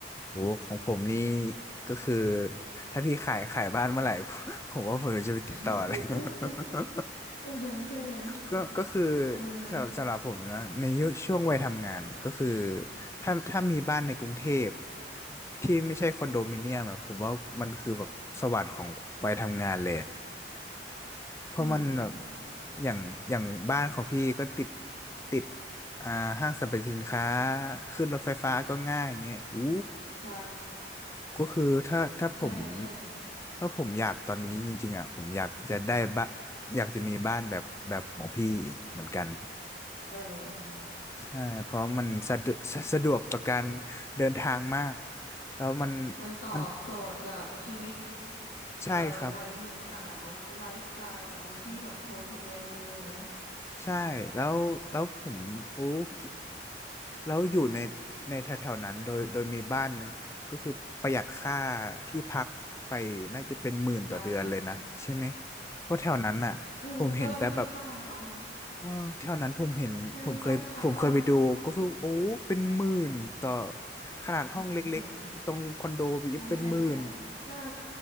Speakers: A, on the left; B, on the left.
A: โอ้ของผมนี่ก็คือถ้าพี่ขายขายบ้านเมื่อไหร่ <laughs> ผมว่าผมจะไปติดต่อเลย
B: <laughs>
A: <laughs>
B: เออใช่ไหม
A: ก็ก็คือ
B: เออ
A: สำหรับสำหรับผมนะในยุคช่วงวัยทำงานก็คือถ้าถ้ามีบ้านในกรุงเทพที่ไม่ใช่คอนโดมิเนียมอะผมว่ามันคือแบบสวรรค์ของวัยทำงานเลยเพราะมันแบบ
B: อืม
A: อย่างอย่างบ้านของพี่ก็ติดติดอ่าห้างสรรพสินค้าขึ้นรถไฟฟ้าก็ง่ายอย่างเงี้ยอู้
B: ใช่
A: ก็คือถ้าถ้าผม
B: ใช่ใช่
A: ถ้าผมอยากตอนนี้จริงๆอ่ะผมอยากจะได้บ้านอยากจะมีบ้านแบบแบบของพี่เหมือนกัน
B: เออ
A: ใช่เพราะมันสะดวกสะสะดวกต่อการเดินทางมากแล้วมัน
B: มันตอบโจทย์กับชีวิต
A: มันใช่ครับ
B: เอ่อวัยหนุ่มสาวไลฟ์สไตล์แบบนี้ที่แบบคนทำงานในเมืองอะเนาะ
A: ใช่แล้วแล้วผมโอ้คิดแล้วอยู่ในในแถวๆนั้นโดยโดยมีบ้านก็คือประหยัดค่าที่พักไปน่าจะเป็นหมื่นต่อเดือนเลยนะใช่ไหม
B: ใช่
A: เพราะแถวนั้นอ่ะผมเห็นแต่แบบ
B: อืมก็เราไม่ต้องเช่าเขาไง
A: เออแถวนั้นผมเห็นผมเคยผมเคยไปดูก็คือโอ้เป็นหมื่นต่อ
B: ใช่ค่าที่พักก็
A: ขนาดห้องเล็กๆตรงคอนโดไปเป็นหมื่น
B: <laughs> ใช่ใช่ใช่ถ้า